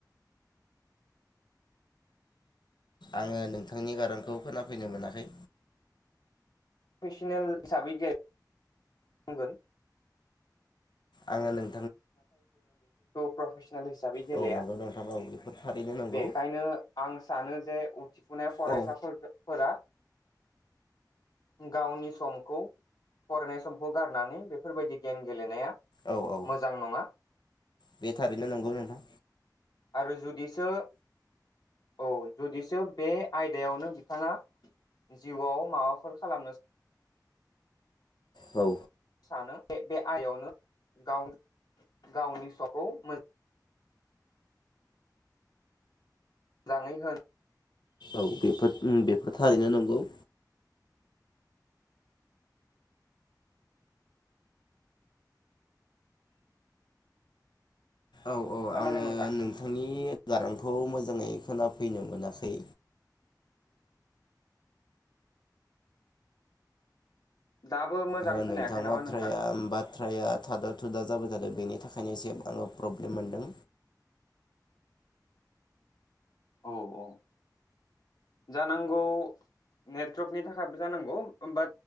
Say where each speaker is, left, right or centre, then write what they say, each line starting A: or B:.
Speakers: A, on the left; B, on the left.
A: आङो नोंथांनि गारांखौ खोनाफैनो मोनाखै
B: प्रफेसनेल हिसाबै गे बुंगोन
A: आङो नों
B: प्रफे सन हिसाबै गेलेया
A: औ नंगौ नोंथां औ बेफोर थारैनो नंगौ
B: बेखायनो आं सानो जे उथिफुनाय फरायसाफोरखौ
A: औ
B: फोरा गावनि समखौ फरायनाय समखौ गारनानै बेफोरबायदि गेम गेलेनाया
A: औ औ
B: मोजां नङा
A: बे थारैनो नंगौ नोंथां
B: आरो जुदिसो औ जुदिसो बे आयदायावनो बिथाङा जिउवाव माबाफोर खालामनो
A: औ
B: सानो बे बे आइयावनो गाव गावनि फिसाखौ मो जाङै हो
A: औ बेफोर उम बेफोर थारैनो नंगौ औ औ आङो
B: खोनादों नोंथां
A: नोंथांनि गारांखौ खौ मोजाङै खोनाफैनो मोनाखै।
B: दाबो मोजां
A: हो
B: खोनायाखै
A: नोंथां
B: नामा
A: बाथ्राया
B: नोंथां
A: बाथ्राया थाद थुदा जाबाय थादों बेनि थाखायनो एसे आङो प्रब्लेम मोनदों।
B: औ औ जानांगौ नेटवर्कनि थाखायबो जानांगौ ओमबा